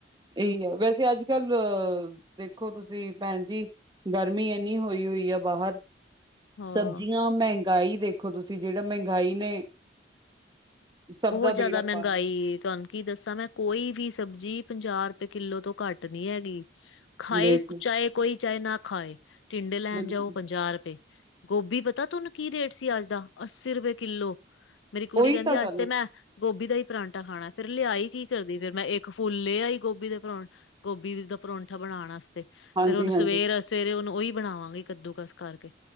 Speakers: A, on the right; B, on the left.
A: ਇਹੀ ਆ, ਵੈਸੇ ਅੱਜ ਕੱਲ ਅ ਦੇਖੋ ਤੁਸੀਂ ਭੈਣ ਜੀ ਗਰਮੀ ਇੰਨੀ ਹੋਈ ਹੁਈ ਐ ਬਾਹਰ
B: ਹਾਂ।
A: ਸਬਜ਼ੀਆਂ ਮਹਿੰਗਾਈ ਦੇਖੋ ਤੁਸੀਂ ਜੇੜਾ ਮਹਿੰਗਾਈ ਨੇ ਸਭ
B: ਬਹੁਤ
A: ਦਾ
B: ਜੈਦਾ
A: ਬੇੜਾ ਪਾਰ
B: ਮਹਿੰਗਾਈ
A: ਕੀਤਾ।
B: ਐ, ਤੁਆਨੂੰ ਕੀ ਦੱਸਾਂ ਮੈਂ ਕੋਈ ਵੀ ਸਬਜ਼ੀ ਪੰਜਾਹ ਰੁਪਏ ਕਿੱਲੋ ਤੋਂ ਘੱਟ ਨੀ ਐਗੀ। ਖਾਏ
A: ਦੇਖੋ,
B: ਚਾਏ ਕੋਈ ਚਾਏ ਨਾ ਖਾਏ, ਟਿੰਡੇ ਲੈਣ
A: ਬਿਲਕੁਲ।
B: ਜਾਓ ਪੰਜਾਹ ਰੁਪਏ ਗੋਭੀ ਪਤਾ ਤੁਆਨੂੰ ਕੀ ਰੇਟ ਸੀ ਅੱਜ ਦਾ, ਅੱਸੀ ਰੁਪਏ ਕਿੱਲੋ। ਮੇਰੀ ਕੁੜੀ
A: ਉਹੀ
B: ਕਹਿੰਦੀ
A: ਤਾਂ ਗੱਲ
B: ਅੱਜ ਤੇ ਮੈਂ ਗੋਭੀ ਦਾ ਈ ਪਰਾਂਟਾ ਖਾਣਾ, ਫਿਰ ਲਿਆਈ ਕੀ ਕਰਦੀ ਫੇਰ ਮੈਂ ਇੱਕ ਫ ਫੁੱਲ ਲੇ ਆਈ ਗੋਭੀ ਦੇ ਪਰੋਂ, ਗੋਭੀ ਦਾ ਪਰੋਂਠਾ ਬਣਾਣ ਆਸਤੇ,
A: ਹਾਂਜੀ,
B: ਫੇਰ ਹੁਣ
A: ਹਾਂਜੀ
B: ਸਵੇਰ ਸਵੇਰੇ ਹੁਣ ਉਹੀ ਬਣਾਵਾਂਗੀ ਕੱਦੂ ਕਸ ਕਰਕੇ